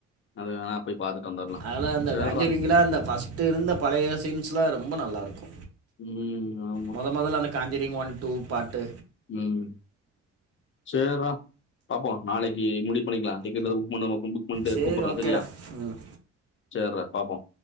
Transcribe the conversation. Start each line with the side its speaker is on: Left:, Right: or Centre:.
Left: அது வேணா போய் பாத்துட்டு வந்துரலாம்.
Right: அதலா அந்த
Left: சேர்றா.
Right: காஞ்சுரிங்ல்லா அந்த ஃபஸ் ட்டு இருந்த பழைய சீன்ஸ்ல ரொம்ப நல்லாருக்கு
Left: ம். ஆமா.
Right: மொத மொதல்ல காஞ்சிரிங் ஒன் டூ பார்ட்டு
Left: ம் சேர்றா பாப்போ நாளைக்கு முடிவு பண்ணிக்லா டிக்கெட் எதோ புக் பண்ணுமா புக் பண்ணிட்டு
Right: சேரி
Left: கூப்பர்ற
Right: ஓகேடா
Left: சரியா
Right: ம்
Left: சேர்றா பாப்போ